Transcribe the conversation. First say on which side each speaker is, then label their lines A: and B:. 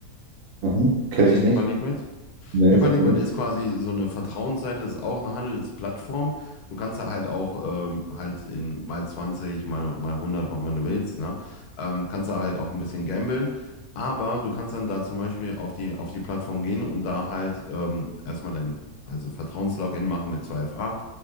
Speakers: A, on the right (about 65°); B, on the left (about 80°).
A: Mhm. Kenne
B: Kennst
A: ich
B: du Hyperliquid?
A: nicht. Nee,
B: Hyperliquid
A: sag mir nicht.
B: ist quasi so eine Vertrauensseite, ist auch eine Handelsplattform. Du kannst da halt auch ähm, halt in mal 20, mal, mal hundert drauf, wenn du willst, ne? Ähm, kannst da halt auch ein bisschen gamblen. Aber du kannst dann da zum Beispiel auf die, auf die Plattform gehen und da halt ähm, erstmal dein also Vertrauenslogin machen mit 2FA